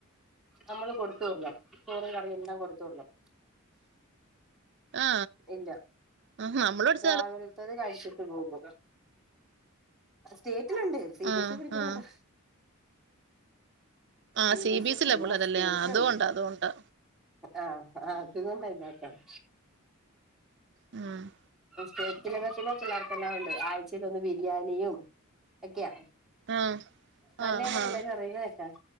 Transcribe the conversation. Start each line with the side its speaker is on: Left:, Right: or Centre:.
Centre: നമ്മള് കൊടുത്ത് വിടണം ചോറും കറിയും എല്ലാം കൊടുത്തു വിടണം
Right: ആ
Centre: ഇല്ല
Right: ആ നമ്മളുപഠി
Centre: രാവിലത്തത് കഴിച്ചിട്ട് പോകും സ്റ്റേറ്റ് ഉണ്ട് സി
Right: ആഹ്
Centre: ബി എസ് ഇ ൽ പഠിക്കുന്നുന്നോണ്ടാ
Right: ആഹ് ആഹ്
Centre: C B S
Right: B
Centre: E
Right: S
Centre: ക്ക്
Right: ലാ
Centre: ഇല്ല
Right: പിള്ളേരല്ലേ
Centre: സ്റ്റേറ്റിനുണ്ട്
Right: ആഹ് അതുകൊണ്ടാ അതുകൊണ്ടാ
Centre: ആ അതുകൊണ്ടാ ഇല്ലാത്ത <inaudible>
Right: ഉം
Centre: സ്റ്റേറ്റിൽ എന്നു വെച്ചാ പിള്ളേർക്കെല്ലാം ഉണ്ട് ആഴ്ചയിൽ ഒന്ന് വീക്ക് ബിരിയാണിയും ഒക്കെയാ
Right: ആഹ്
Centre: നല്ലതാന്ന്
Right: ആഹ്
Centre: പിള്ളേര്
Right: ആഹ്
Centre: പറയുന്നത് കേൾക്കാം